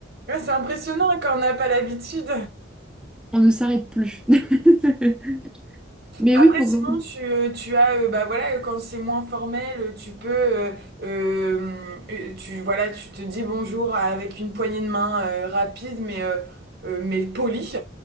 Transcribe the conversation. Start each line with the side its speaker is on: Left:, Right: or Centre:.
Right: Ouais, c'est impressionnant hein, quand on n'a pas l'habitude.
Centre: On ne s'arrête plus. <laughs> Mais
Right: Après,
Centre: oui, pour
Right: sinon,
Centre: revenir.
Right: tu, euh, tu as, euh, bah voilà, euh, quand c'est moins formel, euh, tu peux, euh, euh, euh, tu, voilà, tu te dis bonjour avec une poignée de main euh, rapide, mais, euh, euh, mais polie.